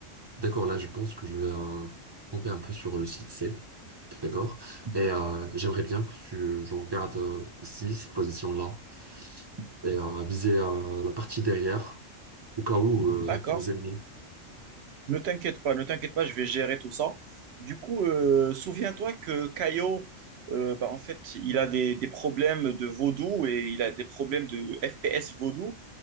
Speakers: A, on the right; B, on the right.
A: D'accord, là, je pense que je vais euh, camper un peu sur le site C. D'accord. Et euh, j'aimerais bien que tu je regarde euh, ici, cette position-là. Et euh, viser euh, la partie derrière. Au cas où euh,
B: D'accord.
A: les ennemis.
B: Ne t'inquiète pas, ne t'inquiète pas, je vais gérer tout ça. Du coup, euh, souviens-toi que Caio, euh, bah, en fait, il a des, des problèmes de vaudou et il a des problèmes de FPS vaudou.